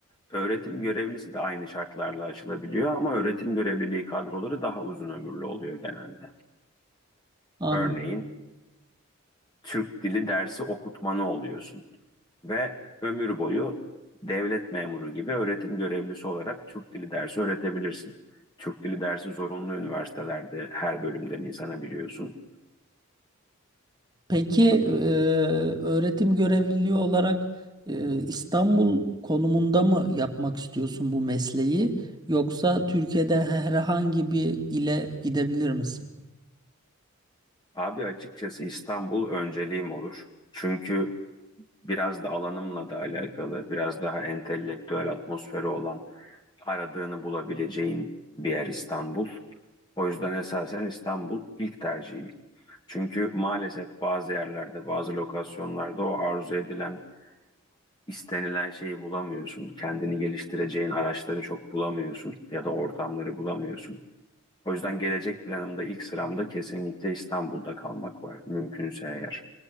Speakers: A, on the left; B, on the right.
A: Öğretim görevlisi de aynı şartlarla açılabiliyor ama öğretim görevliliği kadroları daha uzun ömürlü oluyor genelde.
B: an.
A: Örneğin Türk dili dersi okutmanı oluyorsun ve ömür boyu devlet memuru gibi öğretim görevlisi olarak Türk dili dersi öğretebilirsin. Türk dili dersi zorunlu üniversitelerde her bölümden insana biliyorsun.
B: Peki e, öğretim görevliliği olarak e, İstanbul konumunda mı yapmak istiyorsun bu mesleği yoksa Türkiye'de herhangi bir ile gidebilir misin?
A: Abi açıkçası İstanbul önceliğim olur. Çünkü biraz da alanımla da alakalı, biraz daha entelektüel atmosferi olan, aradığını bulabileceğin bir yer İstanbul. O yüzden esasen İstanbul ilk tercihim. Çünkü maalesef bazı yerlerde, bazı lokasyonlarda o arzu edilen, istenilen şeyi bulamıyorsun. Kendini geliştireceğin araçları çok bulamıyorsun ya da ortamları bulamıyorsun. O yüzden gelecek planımda ilk sıramda kesinlikle İstanbul'da kalmak var mümkünse eğer.